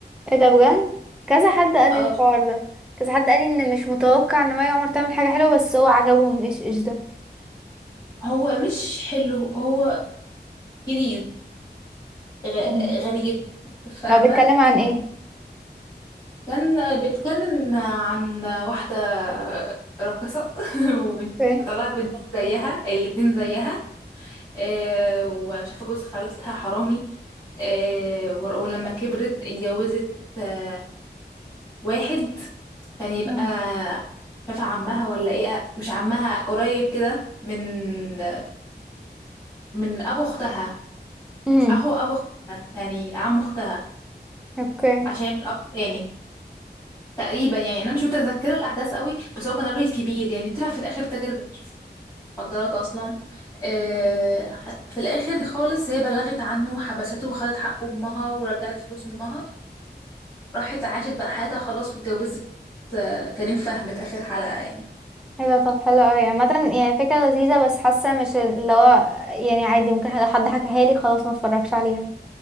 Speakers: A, in the centre; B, on the left.
A: ايه ده بجد كذا حد قال
B: اه
A: لي الحوار ده كذا حد قال لي ان مش متوقع ان مي عمر تعمل حاجه حلوه بس هو عجبهم ايش ايش ده
B: هو مش حلو هو جديد غ-
A: مم.
B: غريب فاهمة
A: هو بيتكلم عن ايه
B: كان بيتكلم عن واحدة راقصة <laughs> وبنت-
A: اوكي
B: فطلعت بنت زيها الاتنين زيها آه، وشافة جوز خالتها حرامي آه، ور- ولما كبرت اتجوزت آه، واحد كان يبقى
A: مم.
B: شافة عمها ولا ايه مش عمها قريب كده من من ابو اختها
A: امم
B: اهو ابو اختها يعني عم اختها
A: اوكي
B: عشان من اب تاني تقريبا يعني انا مش متذكره الاحداث قوي بس هو كان راجل كبير يعني طلع في الاخر تاجر في مخدرات اصلا آه، في الاخر خالص هي بلغت عنه وحبسته وخدت حق امها ورجعت فلوس امها راحت عاشت بقى حياتها خلاص واتجوزت آه، كريم فهمي في اخر حلقه يعني
A: ايه ده طب حلو قوي عامه يعني فكره لذيذه بس حاسه مش اللي هو يعني عادي ممكن لو حد حكاها لي خلاص ما اتفرجش عليها